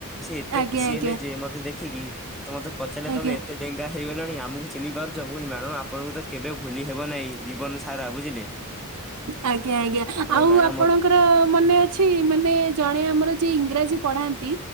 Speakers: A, in the centre; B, on the right.
A: ସେ ଏତେ
B: ଆଜ୍ଞା
A: ଖୁସି
B: ଆଜ୍ଞା
A: ହେଲେ ଯେ ମତେ ଦେଖିକି ତ ମତେ ପଚାରିଲେ
B: ଆଜ୍ଞା
A: ତମେ ଏତେ ଡେଙ୍ଗା ହେଇଗଲଣ ଆମକୁ ଚିହ୍ନି ପାରୁଛ ମୁଁ କହିଲି ମ୍ୟାମ ଆପଣଙ୍କୁ ତ କେବେ ଭୁଲି ହେବ ନାହିଁ ଜୀବନ ସାରା ବୁଝିଲେ।
B: ଆଜ୍ଞା ଆଜ୍ଞା
A: ତ
B: ଆଉ
A: ମ୍ୟାଡାମ
B: ଆପଣ
A: ମ
B: ଙ୍କର ମନେ ଅଛି ମାନେ ଜଣେ ଆମର ଯିଏ ଇଂରାଜୀ ପଢାନ୍ତି